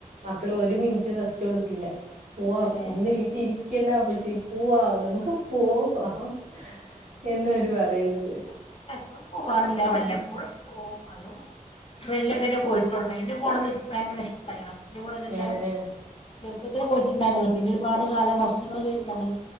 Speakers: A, on the right; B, on the left.
A: മക്കള് ഒരു
B: ആ
A: മിനിറ്റ് റസ്റ്റ് കൊടുക്കില്ല പോവാം
B: അതല്ലേ
A: ഇന്ന് വീട്ടീരിക്കേണ്ടാപ്പച്ചി പോവാം നമുക്ക് പോവാം
B: ആഹ
A: എന്ന അവര് പറയുന്നത്
B: ഇങ്ങള് പോവാറുണ്ടോ എപ്പൊഴുന്നുല്ല വലപ്പോഴും ഒന്ന് പോവും അതും ട്രെയിനിലൊക്കെ പോയിട്ടോ <unintelligible> എ <unintelligible> മോ <unintelligible> ഭയങ്കര ഇഷ്ടായി ണ് ട്രെയിന് പോയതെന്നെ
A: ഏ ഏ
B: ചെറുപ്പത്തിലേ പോയിട്ടുണ്ടായിന്നൊള്ളു പിന്നെ ഒരുപാട് കാലം വർഷങ്ങൾ ശേഷാ പോണേ